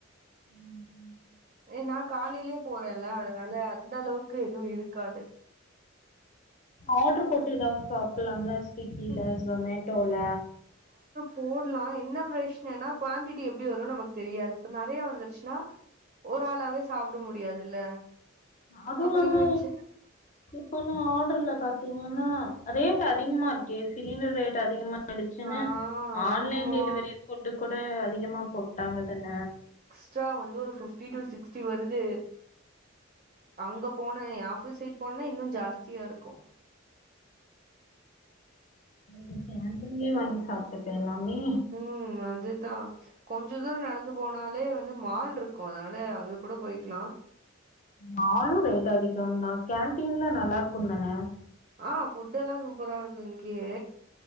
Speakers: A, on the left; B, on the right.
A: ம்
B: ஏ நா காலையிலயே போறேன்ல அதனால அந்த அளவுக்கு எதுவு இருக்காது
A: ஆர்டர் போட்டு ஏதாவது சாப்டலாம்ல ஸ்விக்கில
B: ம்.
A: ஜொமேட்டோல
B: போட்லா‌ என்ன ப்ரெஷ்னனா குவான்டிட்டி எப்டி வருன் நமக் தெரியாது இப்ப நெறைய வந்துர்ச்சுனா ஒரு ஆளாவே சாப்பிட முடியாதுல்ல
A: அதுவுல்லாம
B: அப்ப நீ மிச்ச
A: இப்பல்லா ஆர்டர்ல பாத்தீங்கன்னா ரேட் அதிகமா இருக்கே சிலிண்டர் ரேட் அதிகமா ஆடுசுன்னு
B: ஆ
A: ஆன்லைன்
B: ஆமா
A: டெலிவரி ஃபுட்டு கூட அதிகமா போட் டாங்கதான
B: ச்சா வந்து ஒரு ஃபிஃப்டி டூ சிக்ஸ்டி வருது அங்க போன எ ஆபீஸ் சைட் போனா இன்னு ஜாஸ்தியா இருக்கு
A: அதுக்கு கேம்பில்லே வாங்கி சாப்ட்டுக்கலாமே
B: ம் அதுதா கொஞ்ச தூரோ நடந்து போனாலே வந்து மால்ட்ருக்கு அதனால அங்க கூட போயிக்கலா
A: மாலு ரேட் அதிகோந்தா கேன்டீன்ல நல்லா இருக்குந் தான
B: ஆ ஃபுட்டெல்லா சூப்பரா இருக்கு இங்கியே